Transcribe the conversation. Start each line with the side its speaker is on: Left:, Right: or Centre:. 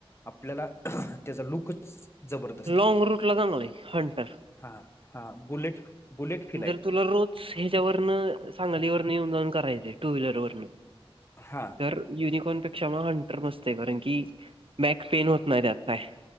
Left: आपल्याला त्याचा लुकच जबरदस्त
Right: लॉंग
Left: आहे
Right: रूटला चांगलं हंटर
Left: हा हा बुलेट बुलेट फील आहे
Right: जर
Left: तो
Right: तुला रोज ह्याच्यावरन सांगालीवरन येऊन जाऊन करायचे टू व्हीलर वन
Left: हां
Right: तर युनिकॉर्न पेक्षा मग हंटर मसते कारण की बॅक पेन होत नाही त्यात काय